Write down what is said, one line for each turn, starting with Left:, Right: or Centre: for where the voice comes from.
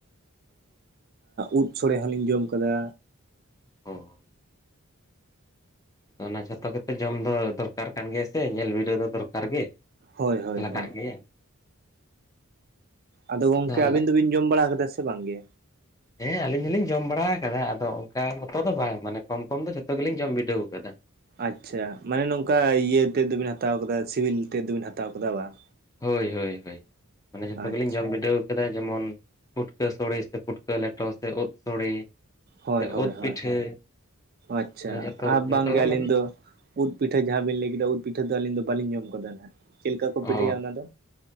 Left: <unintelligible> <inaudible>
Right: ᱩᱫ ᱥᱚᱲᱮ ᱦᱚᱸᱞᱤᱧ ᱡᱚᱢ ᱠᱟᱫᱟ᱾
Left: ᱦᱚᱸ, ᱚᱱᱟ ᱡᱷᱚᱛᱚ ᱜᱮᱛᱚ ᱡᱚᱢ ᱫᱚ ᱫᱚᱨ ᱫᱚᱨᱠᱟᱨ ᱠᱟᱱ ᱜᱮᱭᱟ ᱥᱮ, ᱧᱮᱞ ᱵᱤᱰᱟᱹᱣ ᱫᱚ ᱫᱚᱨᱠᱟᱨ ᱜᱮ
Right: ᱦᱳᱭ ᱦᱳᱭ
Left: ᱞᱟᱜᱟᱜ
Right: ᱦᱳᱭ
Left: ᱜᱮᱭᱟ᱾
Right: ᱟᱫᱚ ᱜᱚᱝᱠᱮ
Left: ᱛᱟᱦᱚᱞᱮ
Right: ᱟᱵᱤᱱ ᱫᱚᱵᱤᱱ ᱡᱚᱢ ᱵᱟᱲᱟ ᱟᱠᱟᱫᱟ ᱥᱮ ᱵᱟᱝᱜᱮ᱾
Left: ᱦᱮᱸ ᱟᱞᱤᱧ ᱦᱚᱞᱤᱧ ᱡᱚᱢ ᱵᱟᱲᱟ ᱟᱠᱟᱫᱟ ᱟᱫᱚ ᱚᱱᱠᱟ ᱢᱚᱛᱚ ᱫᱚ ᱵᱟᱝ ᱢᱟᱱᱮ ᱠᱚᱢ ᱠᱚᱢ ᱫᱚ ᱡᱷᱚᱛᱚ ᱜᱮᱞᱤᱧ ᱡᱚᱢ ᱵᱤᱰᱟᱹᱣ ᱠᱟᱫᱟ᱾
Right: ᱟᱪᱪᱷᱟ ᱢᱟᱱᱮ ᱱᱚᱝᱠᱟ ᱤᱭᱟᱹ ᱛᱮᱫ ᱫᱚᱵᱤᱱ ᱦᱟᱛᱟᱣ ᱟᱠᱟᱫᱟ ᱥᱤᱵᱤᱞ ᱛᱮᱫ ᱫᱚᱵᱤᱱ ᱦᱟᱛᱟᱣ ᱠᱟᱫᱟ ᱵᱟᱝ᱾
Left: ᱦᱳᱭ ᱦᱳᱭ ᱦᱳᱭ ᱢᱟᱱᱮ ᱡᱷᱚᱛᱚ
Right: ᱟᱪᱪᱷᱟ
Left: ᱜᱮᱞᱤᱧ ᱡᱚᱢ ᱵᱤᱰᱟᱹᱣ᱾ ᱠᱮᱫᱟ ᱡᱮᱢᱚᱱ ᱯᱷᱩᱴᱠᱟᱹ ᱥᱚᱲᱮ ᱥᱮ ᱯᱷᱩᱴᱠᱟᱹ ᱞᱮᱴᱚ ᱥᱮ ᱩᱫ ᱥᱚᱲᱮ᱾
Right: ᱦᱳᱭ
Left: ᱥᱮ
Right: ᱦᱳᱭ
Left: ᱩᱫ
Right: ᱦᱳᱭ
Left: ᱯᱤᱴᱷᱟᱹ
Right: ᱟᱪᱪᱷᱟᱼᱟ
Left: ᱢᱟᱱᱮ ᱡᱚᱛᱚ ᱡᱚᱛᱚ
Right: ᱵᱟᱝᱜᱮ
Left: ᱜᱮ
Right: ᱟᱹᱞᱤᱧ
Left: ᱢᱟᱱᱮ
Right: ᱫᱚ᱾ ᱩᱫ ᱯᱤᱴᱷᱟᱹ ᱡᱟᱦᱟᱸ ᱵᱤᱱ ᱞᱟᱹᱭ ᱠᱮᱫᱟ ᱩᱫ ᱯᱤᱴᱷᱟᱹ ᱫᱚ ᱟᱹᱞᱤᱧ ᱫᱚ ᱵᱟᱞᱤᱧ ᱡᱚᱢ ᱟᱠᱟᱫᱟ ᱱᱟᱦᱟᱜ ᱪᱮᱫ ᱞᱮᱠᱟ ᱠᱚ
Left: ᱚ
Right: ᱯᱤᱴᱷᱟᱹᱭᱟ ᱚᱱᱟ ᱫᱚ᱾